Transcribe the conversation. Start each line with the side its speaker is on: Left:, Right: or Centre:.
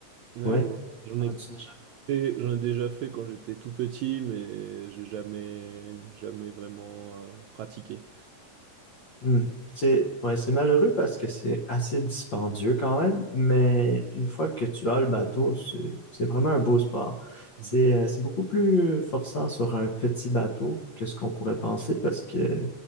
Right: ouais,
Left: ouais,
Right: je vois. J'en
Left: en
Right: ai.
Left: as-tu déjà
Right: Et j'en ai déjà fait quand j'étais tout petit, mais j'ai jamais, jamais vraiment euh, pratiqué.
Left: Hmm. C'est ouais, c'est malheureux parce que c'est assez dispendieux quand même, mais une fois que tu as le bateau, c'est c'est vraiment un beau sport.
Right: Mhm.
Left: C'est euh, c'est beaucoup plus forçant sur un petit bateau que ce qu'on pourrait penser parce que